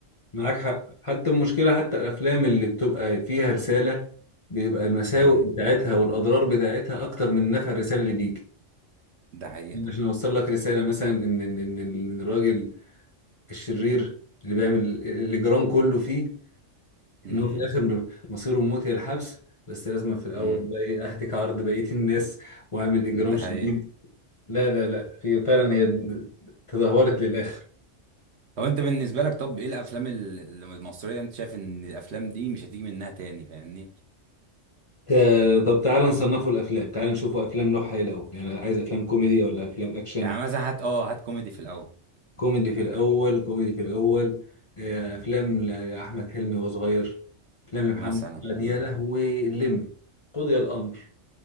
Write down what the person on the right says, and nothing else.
امم
ده حقيقه
امم
امم
ده
حقيقه
طب انت بالنسبه لك طب ايه الافلام ال- المصريه انت شايف ان الافلام دي مش هتيجي منها تاني فاهمني
يعني مثلا هات اه هات كوميدي في الاول
مثلا
امم